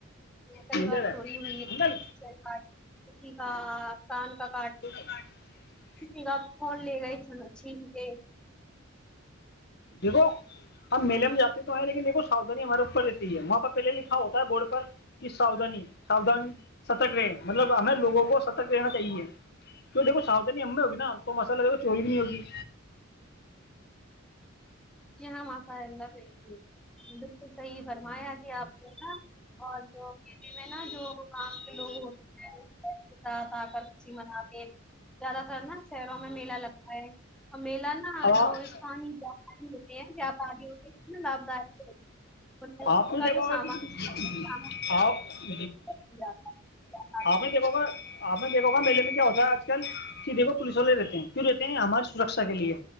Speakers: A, in the centre; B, on the left.
A: کئی
B: میلر
A: بار چوری
B: ہے
A: ہوئی ہے
B: انکل
A: کا <unintelligible> کان کا کٹ
B: بٹ
A: میرا فون لے گئے چھین کے
B: دیکھو ہم میلے میں جاتے تو ہیں لیکن دیکھو ساودھانی ہمارے اوپر رہتی ہے وہاں پہلے لکھا ہوتا ہے بورڈ پر کی ساوھانی ساودھانی ستک رہے مطلب ہمیں لوگوں کو ستک رہنا چاہیے کی دیکھ ساھانی ہم میں ہوگی تو مسالہ دھو چوری بھی نہیں ہوگی
A: جی ہاں ماںشااللہ بلکل بالکل صحیح فرمایا جھی آپ کو نا اور جو میں نا جو کاام کے لوگ ہوتے ہیں ساتھ آ کر کچی مناتے ہیں زیادہ تر نا شہروں میں میلہ لگتا ہے اور میلہ نا
B: اب
A: جو استانی جا پانی ہوگ کتنا لابھدائ ان نے
B: آپ
A: ان کا
B: دیکھا
A: جو
B: ہوگا
A: سامان
B: کہ
A: سامان
B: آپ
A: <unintelligible>
B: دیکھ گا آپ نے دیکھا ہو گا میلے میں کیا ہوتا ہے آج کل کی دیکھو پولیس والے رہتے ہیں کیوں رہتے ہیں ہمارے سورکشا کے لیے